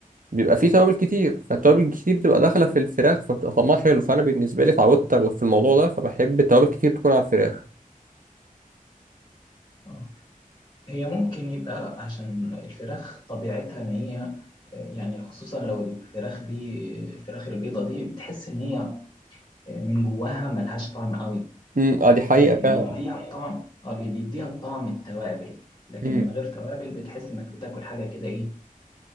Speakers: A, on the right; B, on the left.
A: بيبقى فيه توابل كتير فالتوابل الكتير بتبقى داخله في الفراخ فبتبقى طعمها حلو فانا بالنسبه لي اتعودت في الموضوع ده فبحب التوابل كتير تكون على الفراخ
B: اه هي ممكن يبقى عشان الفراخ طبيعتها ان هي يعني خصوصا لو الفراخ دي الفراخ البيضة دي بتحس ان هي من جواها ملهاش طعم قوي
A: امم اه دي حقيقه
B: فاللي
A: فعلا
B: بيديها الطعم اه اللي بيديها الطعم التوابل لكن
A: امم
B: من غير توابل بتحس انك بتاكل حاجه كده ايه